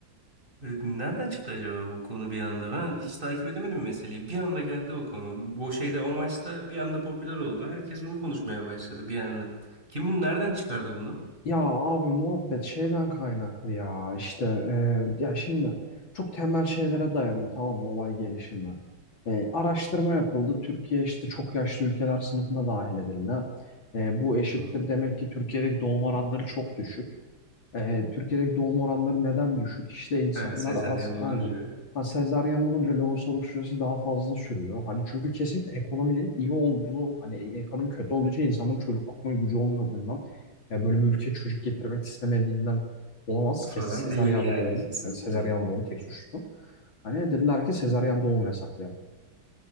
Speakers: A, on the right (about 25°); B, on the left (about 75°).
A: E, Nereden çıktı acaba bu konu bir anda? Ben hiç takip edemedim meseleyi. Bir anda geldi o konu. O şeyde o maçta bir anda popüler oldu. Herkes bunu konuşmaya başladı bir anda. Kim nereden çıkardı bunu?
B: Ya abi muhabbet şeyden kaynaklı ya işte e, ya şimdi çok temel şeylere dayanıyor tamam mı olay gelişimi. E, araştırma yapıldı Türkiye işte çok yaşlı ülkeler sınıfına dahil edildi. E, bu eşittir
A: Hı.
B: demek ki Türkiye'deki doğum oranları çok düşük. E, Türkiye'deki doğum oranları neden düşük? İşte insanlar
A: Ha, sezaryen
B: aslında
A: olunca
B: aynı. Ha, sezaryen olunca lohusalık süresi daha fazla sürüyor. Hani çünkü kesinlikle ekonominin iyi olduğu, hani ekonomi kötü olduğu için insanların çocuk bakma gücü olmadığından, ya böyle bir ülke çocuk getirmek istemediğinden olamaz.
A: falan
B: Kesin sezaryen
A: değil yani
B: doğum,
A: kesinlikle.
B: yani sezaryen doğum tek suçlu. Hani dediler ki sezaryen doğum yasaklayalım.